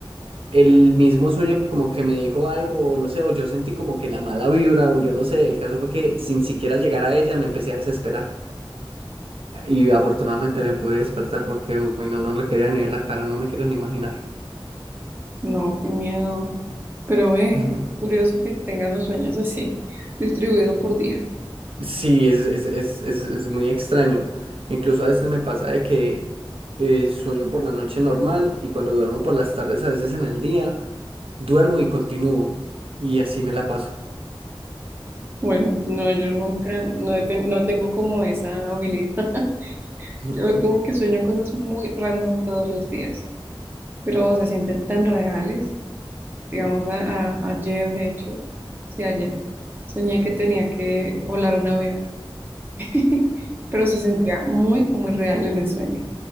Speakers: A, on the right; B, on the right.
A: el mismo sueño como que me dijo algo, o no sé, o yo sentí como que la mala vibra, o yo no sé, el caso fue que sin siquiera llegar a ella me empecé a desesperar. Y afortunadamente me pude despertar porque, uy, no, no le quería ni ver la cara, no me quiero ni imaginar.
B: No, qué miedo. Pero eh,
A: <laughs> Ujú.
B: qué curioso que tengas los sueños así, <laughs> distribuido por días.
A: Sí, es, es, es, es, es muy extraño. Incluso a veces me pasa de que eh, sueño por la noche normal y cuando duermo por las tardes, a veces en el día, duermo y continúo. Y así me la paso.
B: Bueno, no, yo nunca, no, he ten- no tengo como esa habilidad. <laughs>
A: <laughs>
B: Yo como que sueño cosas muy random todos los días, pero se sienten tan reales. Digamos, a- a- ayer, de hecho, sí, ayer, soñé que tenía que volar un avión, <laughs> pero se sentía muy, muy real en el sueño,